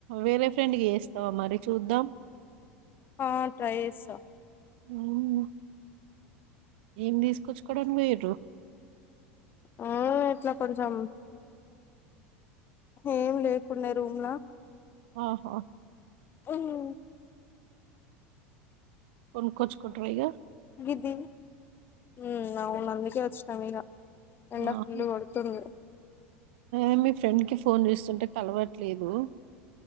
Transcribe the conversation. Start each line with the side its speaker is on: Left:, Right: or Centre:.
Right: వేరే ఫ్రెండ్కి చెస్తావా మరి చూద్దాం
Left: ఆ ట్రై చేస్తా
Right: ఉమ్, ఏం తీసుకొచ్చుకోవడానికి పోయిర్రు
Left: ఆ ఆట్లా కొంచెం ఏం లేకుండే రూమ్లా
Right: ఆహా
Left: ఉహు
Right: కొనుకోచ్చుకుంట్ర ఇగ
Left: హుమ్ అవును అందుకే వచ్చినం ఇగ ఎండ
Right: ఆహా
Left: ఫుల్ కొడుతుంది
Right: అ మీ ఫ్రెండ్కి ఫోన్ చేస్తుంటే కలవట్లేదు